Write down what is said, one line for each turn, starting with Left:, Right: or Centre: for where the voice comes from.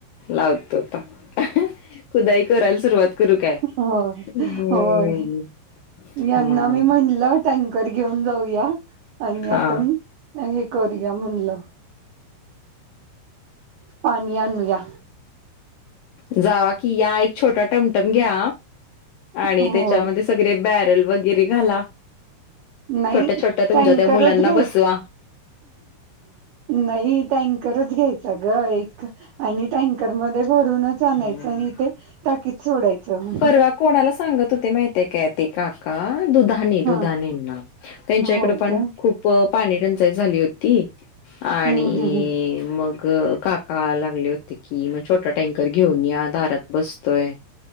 Left: लावतो आता... खुदाई करायला सुरुवात करू काय
Right: होय
Left: हम्म
Right: होय.... यांना
Left: मग
Right: मी म्हणलं टँकर घेऊन जाऊया... आणि
Left: हा
Right: आपण हे करूया म्हणलं.... पाणी आणूया.....
Left: जावा कि या.... छोटा टमटम घ्या आणि
Right: होय
Left: त्याच्यामध्ये सगळे बॅरल वगैरे घाला....
Right: नाही
Left: छोट्या छोट्या तुमच्या
Right: टँकरच
Left: त्या मुलांना
Right: घ्यायच..
Left: बसवा
Right: नाही टँकरच घ्यायच ग एक आणि.... टँकर मध्ये भरूनच आणायचं
Left: हम्म.
Right: आणि इथे टाकीत सोडायचं....
Left: परवा कोणाला सांगत होते माहितय क ते काका दुधानी
Right: हा
Left: दुधानींना.... त्यांच्याकडे
Right: होय
Left: पण
Right: का
Left: खूप पाणी टंचाई झाली होती आणि
Right: हम्म हम्म
Left: मग.... काका लागले होते की मग छोटा टँकर घेऊन या दारात बसतोय....